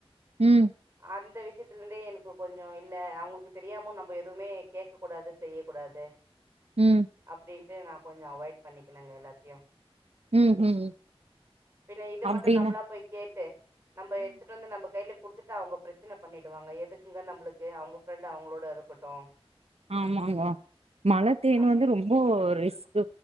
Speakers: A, on the right (about 80°); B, on the right (about 20°).
A: ம்,
B: அந்த விஷ வகசியத்துல இருந்தே எனக்கு கொஞ்சம் இல்ல அவுங்களுக்கு தெரியாம நம்ம எதுவுமே கேக்க கூடாது செய்யக் கூடாது
A: ம்,
B: அப்டின் நான் கொஞ்சம் அவாய்ட் பண்ணிக்குனேங்க எல்லாத்தையும்
A: உம் உம்
B: பின்ன இது
A: அபின்னா
B: மட்டும் நம்பளா போய் கேட்டு நம்ம எடுத்துட்டு வந்து நம்ம கைல குடுத்துட்டு அவுங்க பிரச்சனை பண்ணிடுவாங்க எதுக்குங்க நம்மளுக்கு அவுங்க ஃப்ரெண்டு் அவுங்களோட இருக்கட்டும்
A: ஆமாங்க மழை தேன்
B: அப்டின்
A: வந்து ரொம்ப ரிஸ்க்